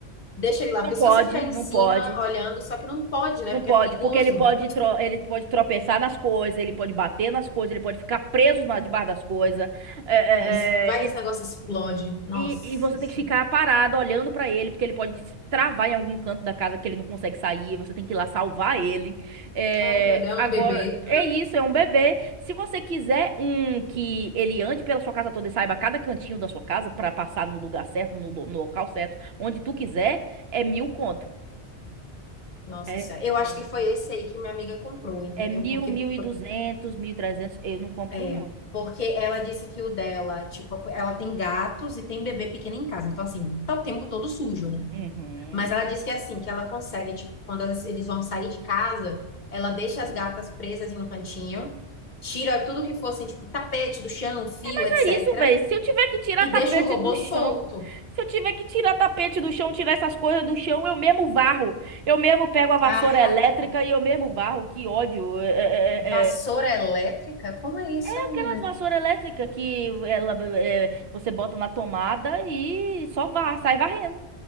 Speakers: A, on the left; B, on the right.
A: deixa ele lá, porque
B: Não pode,
A: se você ficar em
B: não
A: cima
B: pode.
A: olhando, só que não pode, né?
B: Não
A: Porque
B: pode,
A: é perigoso.
B: porque ele pode, tro- ele pode tropeçar nas coisas, ele pode bater nas coisas, ele pode ficar preso na, debaixo das coisas. É,
A: Aí es- vai
B: é,
A: que
B: é,
A: esse negócio explode. Nossa
B: e, e você tem
A: Senhora.
B: que ficar parado olhando pra ele, porque ele pode se travar em algum canto da casa que ele não consegue sair. Você tem que ir lá salvar ele. É,
A: Ah, meu Deus,
B: agora,
A: é um bebê.
B: é isso, é um bebê. Se você quiser um que ele ande pela sua casa toda e saiba cada cantinho da sua casa pra passar no lugar certo, no, lo- no local certo, onde tu quiser, é mil conto.
A: Nossa
B: É,
A: Senhora. Eu
B: é
A: acho que foi esse aí que minha amiga comprou, entendeu?
B: É mil,
A: Porque
B: mil e duzentos, mil e trezentos. Eu não compro,
A: é,
B: não.
A: porque ela disse que o dela, tipo, ela tem gatos e tem bebê pequeno em casa. Então assim, tá o tempo todo sujo, né?
B: Uhum,
A: Mas ela disse que é assim, que ela consegue, tipo, quando elas- eles vão sair de casa, ela
B: uhum.
A: deixa as gatas presas em um cantinho, tira tudo que fosse, tipo, tapete do chão, fio,
B: Mas
A: etc.
B: é isso, velho. Se eu tiver que tirar
A: E
B: tapete
A: deixa o robô
B: do chão,
A: solto.
B: se eu tiver que tirar tapete do chão, tirar essas coisas do chão, eu mesmo varro. Eu mesmo pego a vassoura
A: Ah,
B: elétrica
A: <laughs>
B: e eu mesmo varro. Que ódio. É, é,
A: Vassoura
B: é, é.
A: elétrica? Como é isso,
B: É Aquelas
A: menina?
B: vassouras elétricas que ela, é, você bota na tomada e só varre, sai varrendo.